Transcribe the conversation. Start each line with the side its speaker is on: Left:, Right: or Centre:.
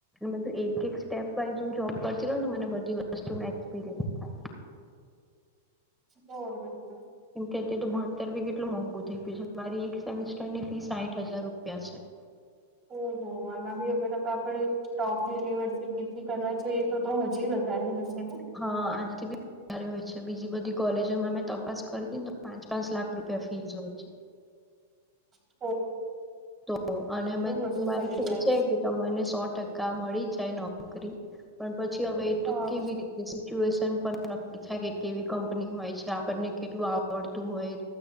Centre: બધું એક એક સ્ટેપ વાઈઝ હું જોબ કરતી રઉ મને બધી વસ્તુ નો એક્સપિરયસ થાય.
Right: ઓ હો તો
Centre: કેમ કે અએ તો ભણતર બી કેટલું મોંઘુ થઇ ગયું છે. મારી એક સેમેિસ્ટર ની ફી સાઠ હજાર રૂપિયા છે.
Right: ઓહ, આમાં બી, અગર આપડા ટોપ યુનિવર્સિટી કરવા જોઈએ, તો હજી વધારે હશે ને?
Centre: હા, આનાથી બી બરાબર હોય છે. બીજી બધી કોલેજોમાં મેં તપાસ કરી હતી, પાંચ પાંચ લાખ. રૂપિયા ફીઝ હોય છે.
Right: હ.
Centre: તો અને
Right: બધું
Centre: મારે
Right: થઈ
Centre: કે
Right: જાય
Centre: છે કે તને સો ટકા તા મળી જાય નોકરી પણ પછી હવે એ તું
Right: હા
Centre: કેવી રી સિચ્યુએશન પણ નક્કી થાય કે કેવી કંપની હોય છે આપણને કેટલું આવડતું હોય.